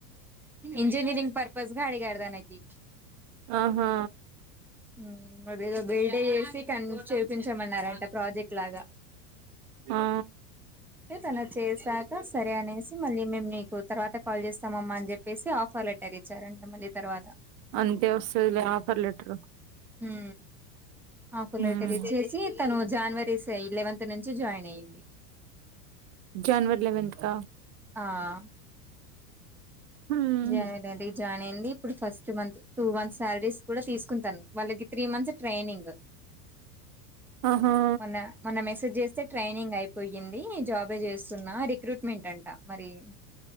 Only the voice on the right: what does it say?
ఆహా
ఆ
అంతే వస్తుదిలే ఆఫర్ లెటరు
ఉమ్
జన్వర్ లవెన్ంత కా
ఉమ్
ఆహా